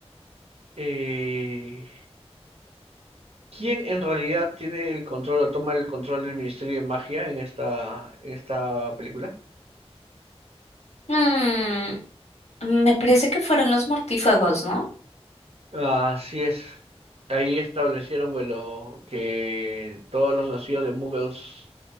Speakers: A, on the right; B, on the left.
A: eh, quién en realidad tiene el control o toma el control del Ministerio de Magia en esta, en esta película?
B: Mm, mm, me parece que fueron los mortífagos, ¿no?
A: Así es. Ahí establecieron, bueno, que todos los nacidos de Muggles